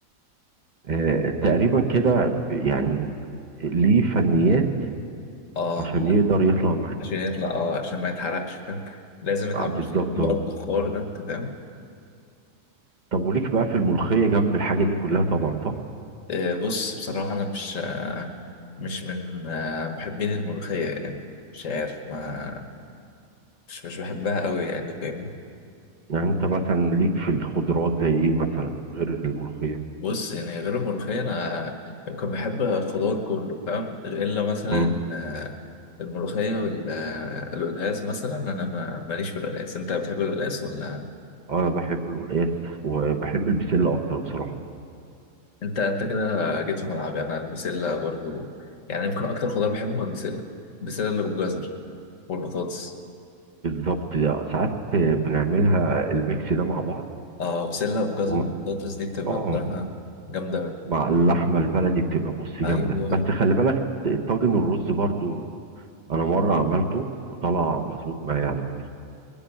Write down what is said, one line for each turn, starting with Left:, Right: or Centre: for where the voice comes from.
Right: آه تقريبا كده ب- يعني ليه فنيات
Left: اه
Right: عشان
Left: لا،
Right: يقدر يطلع معاك
Left: عشان يطلع اه عشان ما يتحرقش فاهم لازم يتعمل
Right: آه بالظبط
Left: في بقى
Right: اهو
Left: البخار ده انت فاهم
Right: طب وليك بقى في الملوخيه جنب الحاجه دي كلها طبعا صح
Left: آه، بص بصراحة انا مش آه، مش من آه، محبين الملوخية يعني مش عارف ما مش مش بحبها قوي يعني فاهمني
Right: يعني انت مثلا ليك في الخضروات زي ايه مثلا غير الملوخيه
Left: بص يعني غير الملوخية أنا يمكن بحب الخضار كله فاهم إلا مثلا
Right: امم
Left: ال- الملوخية والقلقاس مثلا أنا ما- ماليش في القلقاس أنت بتحب القلقاس ولا
Right: انا بحب القلقاس وبحب البسله اكتر بصراحه
Left: أنت أنت كده جيت في ملعبي أنا البسلة برضو يعني يمكن أكتر خضار بحبه هو البسلة البسلة اللي بالجزر والبطاطس
Right: بالظبط لا، ساعات بنعملها الميكس ده مع بعض
Left: أه بسلة بجزر
Right: وم-
Left: والبطاطس دي بتبقى
Right: اه
Left: بصراحة جامدة أوي
Right: مع اللحمه البلدي بتبقى بص جامده
Left: أيوه
Right: بس خلي بالك الطاجن الرز برضو انا مره عملته وطلع مظبوط معايا على فكره